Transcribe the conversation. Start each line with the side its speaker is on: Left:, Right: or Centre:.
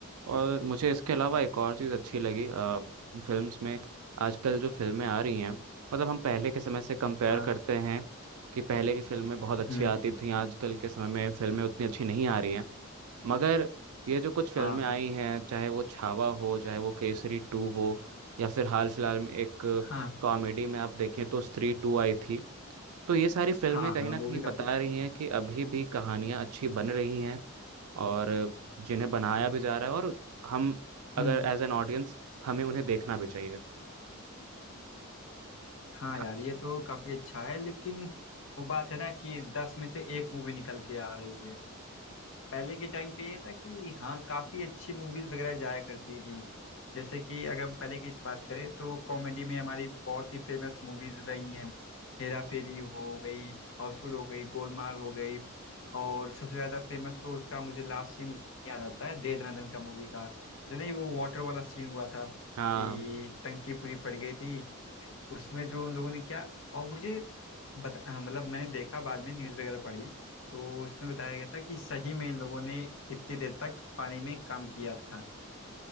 Right: और मुझे इसके अलावा एक और चीज़ अच्छी लगी आ, फिल्म्स में आजकल जो फिल्में आ रही हैं मतलब हम पहले के समय से कंपेयर
Left: हाँ
Right: करते हैं कि पहले की फिल्में बहुत अच्छी
Left: हम्म
Right: आती थी आजकल के समय में फिल्में उतनी अच्छी नहीं आ रही हैं मगर ये जो कुछ फिल्में
Left: हाँ हाँ
Right: आई हैं चाहे वो छावा हो चाहे वो केसरी टू हो या फिर हाल फिलहाल में एक
Left: हाँ
Right: कॉमेडी में आप देखें तो स्त्री टू आई थी तो ये सारी फिल्में
Left: हाँ
Right: कहीं
Left: हाँ
Right: ना
Left: वो
Right: कहीं
Left: भी काफी
Right: बता
Left: अच्छी
Right: रही हैं कि अभी भी कहानियां अच्छी बन रही हैं और जिन्हें बनाया भी जा रहा है और हम अगर
Left: हम्म
Right: एज एन ऑडियंस हमें उन्हें देखना भी चाहिए
Left: हाँ
Right: हाँ
Left: यार ये तो काफी अच्छा है लेकिन वो बात है ना कि दस में से एक मूवी निकल के आ रही है पहले के टाइम पे ये था कि हाँ काफी अच्छी मूवीज वगैरह जाया करती थी जैसे कि अगर हम पहले की बात करें तो कॉमेडी में हमारी बहुत ही फेमस मूवीज रही हैं हेरा फेरी हो गई हाउसफुल हो गई गोलमाल हो गई और सबसे ज्यादा फेमस तो उसका मुझे लास्ट सीन याद आता है दे दना दन का मूवी का जो नहीं वो वाटर वाला सीन हुआ था
Right: हाँ
Left: कि टंकी पूरी फट गई थी उसमें जो उन लोगों ने किया और मुझे बता हाँ, मतलब मैंने देखा बाद में न्यूज़ वगैरह पढ़ी तो उसमें बताया गया था कि सही में इन लोगों ने इतनी देर तक पानी में काम किया था